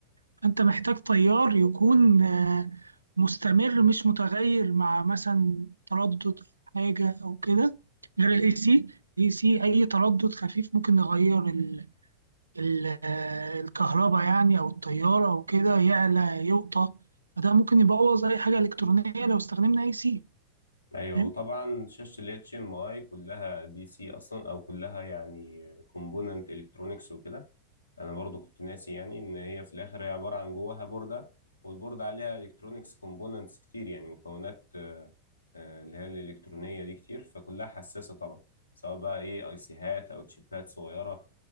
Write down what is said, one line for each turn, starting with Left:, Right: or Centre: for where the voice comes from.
Right: فأنت محتاج طيار يكون آه، مستمر مش متغير مع مثلا تردد أو حاجة أو كده غير الاي سي الاي سي أي تردد خفيف ممكن يغير ال- ال- آه، الكهرباء يعني أو الطيارة أو كده يعلى يوطى فده ممكن يبوظ أي حاجة إلكترونية لو استخدمنا اي سي
Left: ايوه
Right: فاهم
Left: وطبعا شاشه ال HMI كلها دي سي اصلا او كلها يعني كومبوننت الكترونكس وكده انا برضو كنت ناسي يعني ان هي في الاخر هي عباره عن جواها بورده والبورده عليها الكترونكس كومبوننتس كتير يعني مكونات آه، آه، اللي هي الالكترونيه دي كتير فكلها حساسه طبعا سواء بقى ايه اي سيهات او تشيبات صغيره